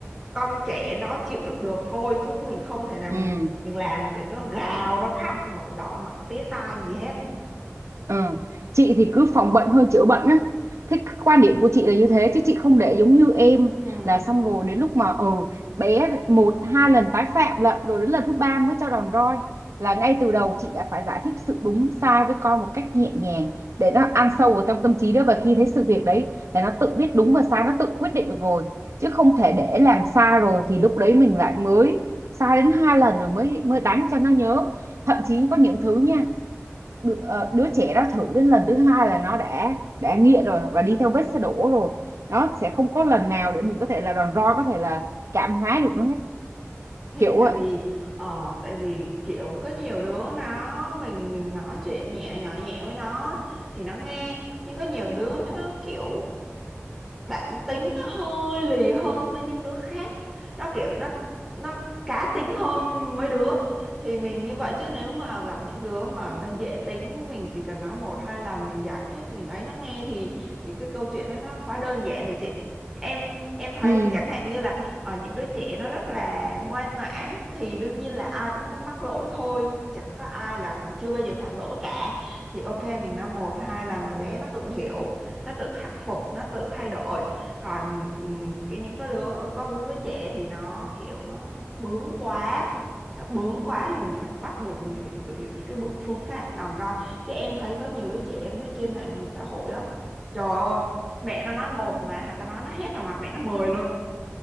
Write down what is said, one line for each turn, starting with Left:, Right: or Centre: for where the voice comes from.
Centre: con trẻ nó chịu đựng được thôi chứ mình không thể nào
Right: ừ.
Centre: mình mình làm để nó gào nó khóc mà đỏ mặt tía tai gì hết
Right: Ờ, Chị thì cứ phòng bệnh hơn chữa bệnh á. Thế cái quan điểm của chị là như thế chứ chị không để giống như em
Centre: Ừ,
Right: là xong rồi đến lúc mà ừ bé một hai lần tái phạm lận rồi đến lần thứ ba mới cho đòn roi là ngay từ đầu chị đã phải giải thích sự đúng sai với con một cách nhẹ nhàng để nó ăn sâu vào trong tâm trí đó và khi thấy sự việc đấy là nó tự biết đúng và sai nó tự quyết định được rồi chứ không thể để làm sai rồi thì lúc đấy mình lại mới sai đến hai lần rồi mới mới đánh cho nó nhớ thậm chí có những thứ nha đứa, ờ, đứa trẻ đó thử đến lần thứ hai là nó đã đã nghiện rồi và đi theo vết xe đổ rồi nó sẽ không có lần nào để mình có thể là đòn roi có thể là cảm hóa được nó hết
Centre: thì
Right: kiểu
Centre: tại
Right: vậy
Centre: vì ờ, tại vì kiểu có nhiều đứa nó mình mình nói chuyện nhẹ nhỏ nhẹ với nó thì nó nghe nhưng có nhiều đứa nó kiểu bản tính nó hơi lì hơn mấy những đứa khác nó kiểu nó nó cá tính hơn mấy đứa thì mình như vậy chứ nếu mà gặp những đứa mà nó dễ tính mình chỉ cần nói một hai lần mình giải thích mình ấy nó nghe thì thì cái câu chuyện đó nó quá đơn giản rồi chị em em thấy
Right: ừ
Centre: chẳng hạn như là ở những đứa trẻ nó rất là ngoan ngoãn thì đương nhiên là ai cũng mắc mắc lỗi thôi chẳng có ai là chưa bao giờ phạm lỗi cả thì ok mình nói một hai lần là bé nó tự hiểu nó tự khắc phục nó tự thay đổi còn ừm, cái những cái đứa có đứa với trẻ thì nó kiểu nó, nó bướng quá nó bướng quá thì mình phải bắt buộc mình phải sử dụng những cái bước phương pháp đòn roi chứ em thấy có nhiều đứa trẻ em thấy trên mạng xã hội lắm trời ơi mẹ nó nói một mà hà ta nói nó hét vào mặt mẹ nó mười luôn